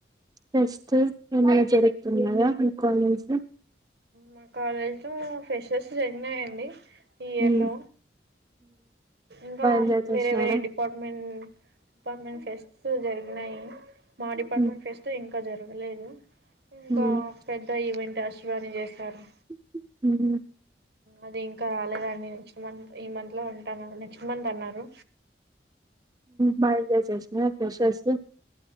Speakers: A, on the right (about 20°); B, on the right (about 65°).
A: ఫెస్ట్ ఏమైనా జరుగుతున్నాయ మీ కాలేజ్ లో
B: మా కాలేజ్ లో ఫ్రెషర్స్ జరిగినాయండి ఈయర్
A: ఉమ్.
B: లో ఇంకా
A: బాగా ఎంజాయ్ చేసినారా
B: వేరే వేరే డిపార్ట్మెంట్ డిపార్ట్ట్మెంట్ ఫెస్ట్స్ జరిగినాయి మా డిపార్ట్మెంట్
A: ఉమ్,
B: ఫెస్ట్ ఇంక ఇంకా జరగలేదు ఇంకా
A: ఉమ్,
B: పెద్ద ఇవెన్ చూవని చేస్తరు
A: <inaudible>
B: అది ఇంకా రాలేదండి నెక్స్ట్ మంత్ ఈ మంత్ లో ఉంటాను నెక్స్ట్ మంత్ అన్నారు
A: బాయల్ దే సెన్స్ నా ఫ్రెషర్సు